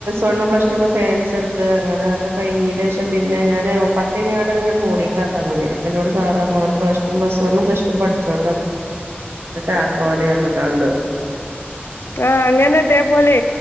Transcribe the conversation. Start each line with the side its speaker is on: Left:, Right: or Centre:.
Right: വണ്ണും പ്ലസ്ടു ഒക്കെ സെയൻസ് എടുത്ത് അങ്ങനെയോക്കെ കഴിഞ്ഞേന്റേശം പിന്നെ ഞാന് പത്ത് കഴിഞ് കാണ്ടെ ഞാൻ പോളീക്ക് ആക്കാൻ ന്നിന്നി നി അപ്പൊ എന്നോട് സ്റാറ്ഞ്ഞു പ്ലസ് വണ്ണും പ്ലസ് ടു പടിച്ചോട്ടെ എന്നട്ട് ആക്വാ ഓനെ റ്ഞ്ഞ് ക്കാണ്ട്
Left: ആഹ് അങ്ങനെ അതേപോലെ